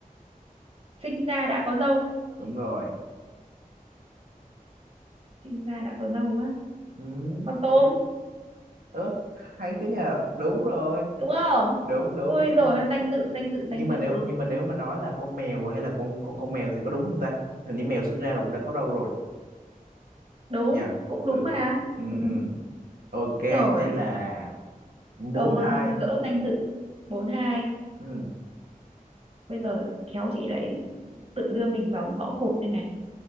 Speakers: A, on the right; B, on the right.
A: sinh ra đã có dâu
B: đúng rồi
A: sinh ra đã có dâu á
B: ừ.
A: con tôm
B: ớ hay thế nhờ đúng rồi
A: đúng không
B: đúng đúng
A: ui rồi
B: Ừ.
A: danh dự danh dự
B: nhưng
A: danh
B: mà
A: dự
B: nếu nhưng mà nếu mà nói là con mèo hay là con con con mèo thì có đúng không ta hình như mèo sinh ra là cũng đã có râu rồi
A: đúng
B: nha
A: cũng đúng
B: ừ.
A: mà
B: ừ
A: ừ.
B: ừ ok
A: rồi
B: thế là bốn
A: câu
B: hai
A: à, gỡ danh dự bốn hai
B: ừ.
A: bây giờ khéo chị lại tự đưa mình vào ngõ cụt đây này